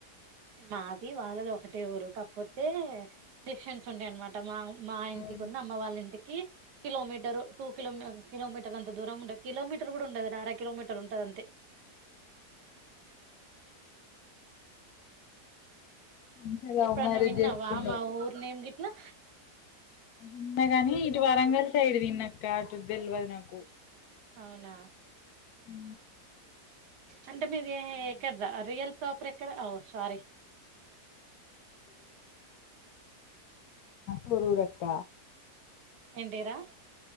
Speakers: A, on the right (about 85°); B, on the left (about 75°).
A: మాది వాళ్ళది ఒకటే ఊరు కాకపోతే డిఫెన్స్ ఉంటాయ అనమాట మా మా ఇంటికిన్న
B: అవునా
A: అమ్మ వాళ్ళ ఇంటికి కిలోమీటర్ టూ కిలోమ కిలోమీటర్ అంత దూర ఉండదు కిలోమీటర్ కూడా ఉండది అర కిలోమీటర్ ఉంటది అంతే
B: మంచిగా లవ్
A: ఎప్పుడన్నా
B: మ్యారేజ్
A: విన్నావా
B: చేసుకున్నావ్
A: మా ఊరు నేమ్ గిట్లా
B: విన్న గాని ఇటు వరంగల్ సైడ్ తిన్నాక్క అటు తెలివదు నాకు.
A: అవునా
B: హ
A: అంటే మీది ఎక్కడ రియల్ ప్రాపర్ ఎక్కడ సారీ
B: గురు రక్క
A: ఏంటిరా